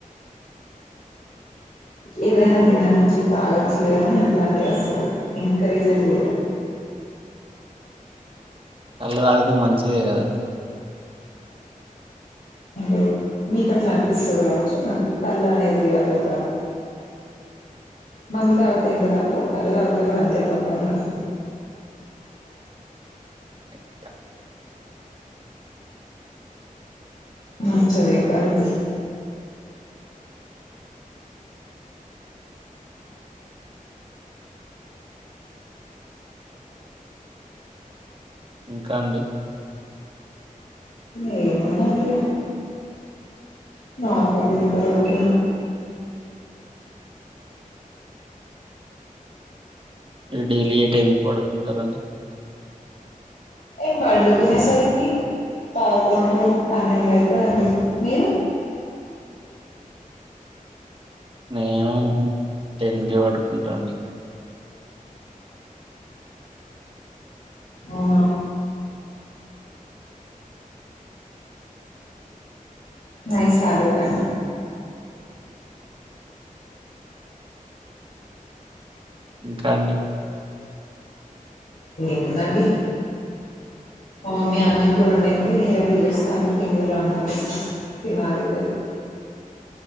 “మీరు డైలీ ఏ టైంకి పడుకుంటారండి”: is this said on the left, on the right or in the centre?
Right